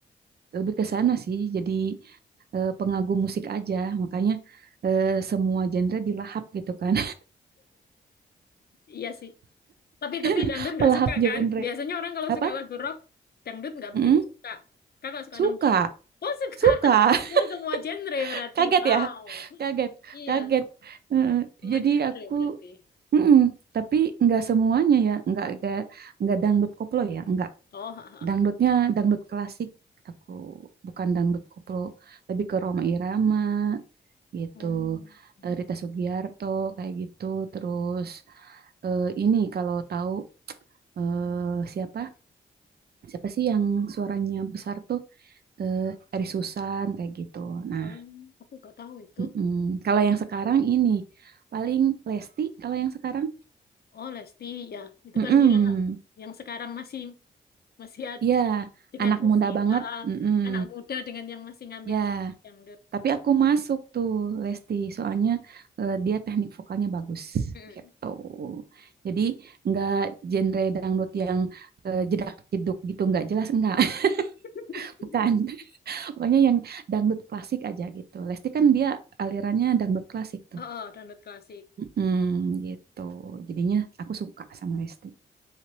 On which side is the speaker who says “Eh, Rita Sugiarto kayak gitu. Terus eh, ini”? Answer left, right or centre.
Right